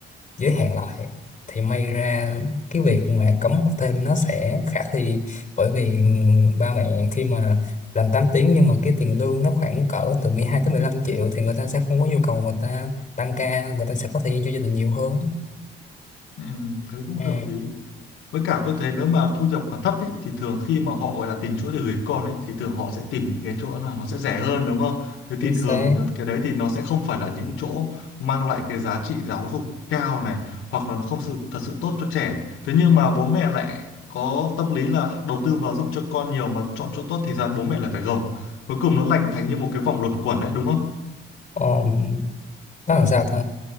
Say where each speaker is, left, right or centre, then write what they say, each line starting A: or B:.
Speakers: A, on the left; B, on the left.
A: giới hạn lại thì may ra cái việc mà cấm học thêm nó sẽ khả thi bởi vì ba mẹ khi mà làm 8 tiếng nhưng mà cái tiền lương nó khoảng cỡ từ mười hai tới mười lăm triệu thì người ta sẽ không có nhu cầu người ta tăng ca người ta sẽ có thời gian cho gia đình nhiều hơn
B: Ừ, thế cũng
A: ừ,
B: hợp lý với cả tôi thấy nếu mà thu nhập mà thấp ý, thì thường khi mà họ gọi là tìm chỗ để gửi con ấy thì thường họ sẽ tìm những cái chỗ nào nó sẽ rẻ hơn đúng không thế
A: chính
B: thì
A: xác
B: thường cái đấy thì nó sẽ không phải là những chỗ mang lại cái giá trị giáo dục cao này hoặc là nó không sự thật sự tốt cho trẻ thế nhưng mà bố mẹ lại có tâm lý là đầu tư vào giáo dục cho con nhiều mà chọn chỗ tốt thì ra bố mẹ lại phải gồng cuối cùng nó lành thành như một cái vòng luẩn quẩn đấy đúng không
A: um, nó làm sao ta